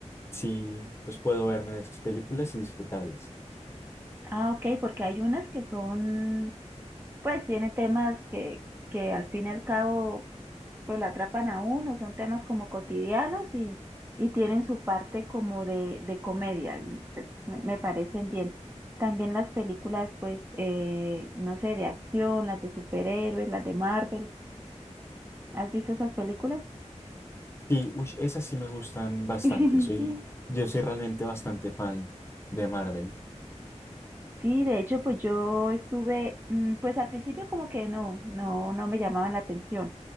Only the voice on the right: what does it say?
Ah, ok, porque hay unas que son, pues tiene temas que, que al fin y al cabo pues lo atrapan a uno, son temas como cotidianos y, y tienen su parte como de, de comedia, y, pues, me, me parecen bien. También las películas, pues, eh, no sé, de acción, las de superhéroes, las de Marvel. ¿Has visto esas películas?
<laughs>
Sí, de hecho, pues yo estuve, mm, pues al principio como que no, no, no me llamaban la atención,